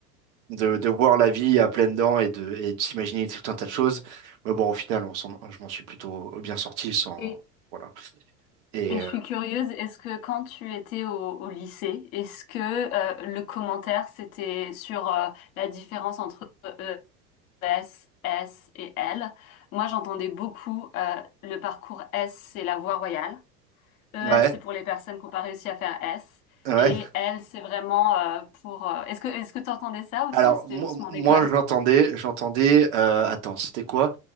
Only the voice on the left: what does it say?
Et
Et je
suis curieuse, est-ce que quand tu étais au, au lycée, est-ce que euh, le commentaire c'était sur euh, la différence entre euh, E, S, S et L? Moi, j'entendais beaucoup euh, le parcours S, c'est la voie royale. ES,
c'est pour les personnes qui n'ont pas réussi à faire S.
Et L, c'est vraiment euh, pour... euh, Est-ce que est-ce que tu entendais ça aussi
ou c'était
juste mon
école?